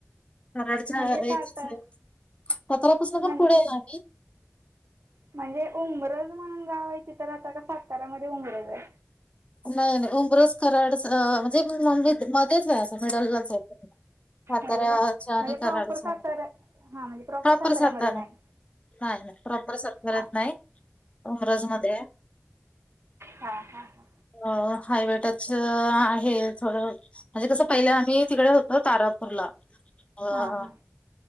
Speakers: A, on the left; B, on the right.
A: कराडच्या
B: म्हणजे
A: याच्या
B: सातार
A: आहे साताऱ्यापासून
B: म्हण
A: पुढे आहे आम्ही.
B: म्हणजे उमरज म्हणून गाव आहे तीत राहता का साताऱ्यामध्ये उमरज आहे.
A: नाही नाही उमरस कराड म्हणजे मम्मी मध्येच आहे असं मिडललाच आहे. साताऱ्याच्या
B: होय का म्हणजे
A: आणि कराडच्या
B: प्रॉपर सातारा
A: मदी
B: हां म्हणजे
A: प्रॉपर
B: साताऱ्यामध्ये
A: सातऱ्यात.
B: नाही
A: नाही नाही प्रॉपर साताऱ्यात
B: हां
A: नाही उमरज मध्ये आहे.
B: हा हा ह.
A: अ हायवेटच आहे थोडं. म्हणजे कसं पहिलं आम्ही तिकडे होतो तारापूरला. ह
B: हां हां